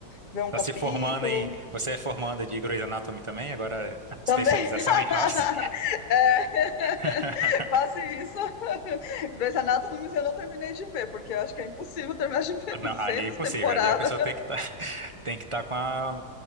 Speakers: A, on the left; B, on the right.
A: vê um
B: Tá
A: capítulo.
B: se formando em. Você é formanda de Grey's Anatomy também, agora especialização
A: Também <laughs>
B: em House.
A: é, <laughs>
B: <laughs>
A: quase isso. <laughs> Grey's Anatomy eu não terminei de ver, porque eu acho que é impossível terminar de ver 200
B: Não, ali é impossível.
A: temporadas.
B: Ali a pessoa tem que estar <laughs> tem que tá com a.